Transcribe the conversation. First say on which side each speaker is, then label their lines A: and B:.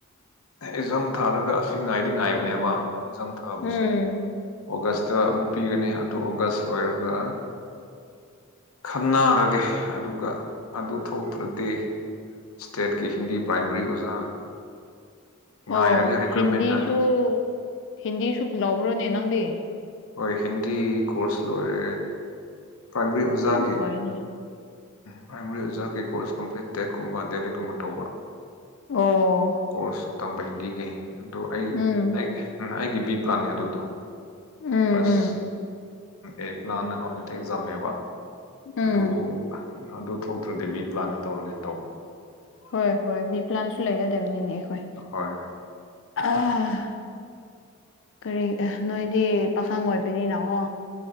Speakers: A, on the left (about 85°); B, on the left (about 60°).
A: ꯑꯦꯛꯖꯥꯝ ꯊꯥꯔꯒ ꯑꯁꯤ ꯉꯥꯏꯗꯤ ꯉꯥꯏꯕꯅꯦꯕ ꯑꯦꯛꯖꯥꯝ ꯊꯥꯕꯨꯁꯦ
B: ꯎꯝ
A: ꯑꯣꯒꯁꯇ ꯑꯃꯨꯛ ꯄꯤꯒꯅꯤ ꯑꯗꯨ ꯑꯣꯒꯁ ꯂꯣꯏꯔꯒ ꯈꯟꯅꯔꯒꯦ ꯑꯗꯨꯒ ꯑꯗꯨ ꯊꯣꯛꯇ꯭ꯔꯗꯤ ꯁ꯭ꯇꯦꯠꯀꯤ ꯍꯤꯟꯗꯤ ꯄ꯭ꯔꯥꯏꯃꯔꯤ ꯑꯣꯖꯥ ꯉꯥꯏꯔꯒꯦ
B: ꯑꯣ
A: ꯔꯤꯀ꯭ꯔꯨꯏꯠꯃꯦꯟꯗ
B: ꯍꯤꯟꯗꯤꯁꯨ ꯍꯤꯟꯗꯤꯁꯨ ꯂꯕ꯭ꯔꯣꯅꯦ ꯅꯪꯗꯤ
A: ꯍꯣꯏ ꯍꯤꯟꯗꯤ ꯀꯣꯔꯁ ꯂꯣꯏꯔꯦ ꯄ꯭ꯔꯥꯏꯃꯔꯤ ꯑꯣꯖꯥꯒꯤ
B: ꯌꯥꯝ ꯐꯩꯅꯦ
A: ꯄ꯭ꯔꯥꯏꯃꯥꯔꯤ ꯑꯣꯖꯥꯕꯀꯤ ꯀꯣꯔꯁ ꯀꯝꯄ꯭ꯂꯤꯠ ꯇꯦꯠꯀꯨꯝꯕ ꯗꯦꯜꯂꯤꯒꯨꯝꯕ ꯇꯧꯕ
B: ꯑꯣ
A: ꯀꯣꯔꯁꯁꯨ ꯇꯝꯕ ꯍꯤꯟꯗꯤꯒꯤ ꯑꯗꯨ ꯑꯩ
B: ꯎꯝ
A: ꯑꯩꯒꯤ ꯕꯤ ꯄ꯭ꯂꯥꯟꯅꯦ ꯑꯗꯨꯗꯣ
B: ꯎꯝ
A: ꯐꯔꯁ
B: ꯎꯝ
A: ꯑꯩꯠ ꯂꯥꯟꯅ ꯀꯝꯄ꯭ꯂꯤꯇꯤꯞ ꯑꯦꯛꯖꯥꯝꯅꯦꯕ
B: ꯎꯝ
A: ꯑꯗꯨ ꯑꯗꯨ ꯊꯣꯛꯇ꯭ꯔꯗꯤ ꯕꯤ ꯄ꯭ꯂꯥꯟꯗ ꯇꯧꯔꯒꯦꯅ ꯇꯧꯕ
B: ꯍꯣꯏ ꯍꯣꯏ ꯕꯤ ꯄ꯭ꯂꯥꯟꯁꯨ ꯂꯩꯒꯗꯕꯅꯤꯅꯦ ꯑꯩꯈꯣꯏ
A: ꯍꯣꯏ
B: ꯑ ꯀꯔꯤ ꯅꯣꯏꯗꯤ ꯄꯥꯈꯪ ꯑꯣꯏꯕꯅꯤꯅꯀꯣ